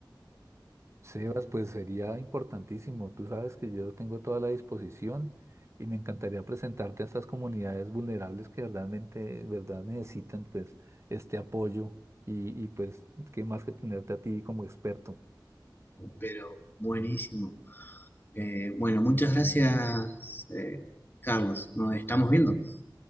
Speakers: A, on the right; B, on the left.
A: Sebas, pues sería importantísimo. Tú sabes que yo tengo toda la disposición y me encantaría presentarte a estas comunidades vulnerables que verdaderamente, verdad necesitan pues este apoyo y, y pues qué más que tenerte a ti como experto.
B: pero buenísimo. Eh, bueno, muchas gracias, eh, Carlos. Nos estamos viendo.